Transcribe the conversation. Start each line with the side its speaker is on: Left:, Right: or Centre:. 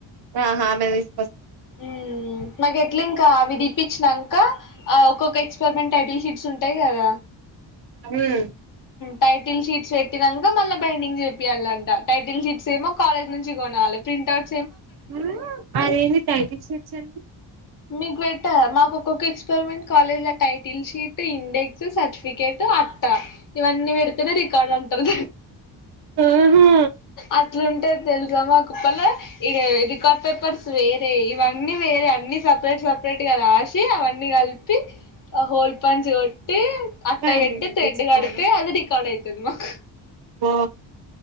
Right: <unintelligible>
Left: ఉమ్ మాకు ఎట్లా ఇంకా అవి తీప్పించినాంక ఆ ఒక్కొక్క ఎస్పెరిమెంట్ టైటిల్ షిట్స్ంట అట్టయి కద
Right: ఉమ్
Left: టైటిల్ షీట్స్ పెట్టిక మళ్ళీ బైండింగ్ చెప్పయాలి అంట టైటిల్ షీస్ ఏమో కాలేజ్ నుంచి కొనాలి ప్రింట్ అవుట్
Right: మ అదే టైటిల్ షిట్స్ ఎవి
Left: మీకు పెట్టా మాకు ఒక్కొక్క ఎక్స్పరిమెంట్ కాలేజ్ల టైటిల్ షీట్ ఇండెక్స్ సర్టిఫికేట్ అట్ట ఇవన్నీ పెడితేనే రికార్డ్ అంటారు
Right: ఆహా
Left: అట్లుంటే అంటే తెలుసా మా కుప్పలా ఇ రికార్డ్ పేపర్స్ వేరే ఇవన్నీ వేరే అన్ని సపరేట్ సపరేట్ గా రాసి అవన్నీ కలిపి ఆ హోల్ పంచ్ కొ టి అట్ట
Right: బైండింగ్
Left: పెట్టి
Right: చేపించుకోవాలా
Left: థ్రెడ్ కడితె అది రికాడ్ అయి తెదు మాకు
Right: ఆ